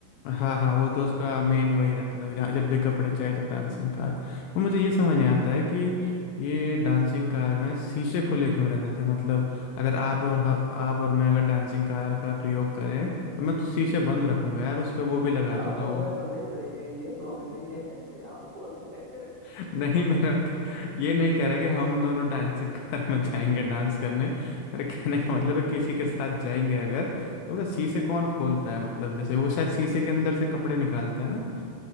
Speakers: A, on the left; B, on the right.
A: हाँ हाँ वो तो उसका मेन वही रहता था कि जहाँ- जब भी कपड़े चाहिए तो डांसिंग कार तो मुझे ये समझ नहीं आता है कि ये डांसिंग कार में शीशे खुले क्यों रहते थे मतलब अगर आप और ह- आप और मैं अगर डांसिंग कार का प्रयोग करें तो मैं तो शीशे बंद रखूंगा यार उस पे वो भी लगा
B: आप
A: दूंगा
B: और
A: वो
B: मैं तो नहीं करेंगे ये शौक नहीं है <laughs> कि आप और मैं करें
A: <laughs> नहीं मेरा ये नहीं कह रहा कि हम दोनों डांसिंग कार में जाएंगे डांस करने मेरे कहने का मतलब है किसी के साथ जाएंगे अगर तो मतलब शीशे कौन खोलता है मतलब जैसे वो शायद शीशे के अंदर से कपड़े निकालता है ना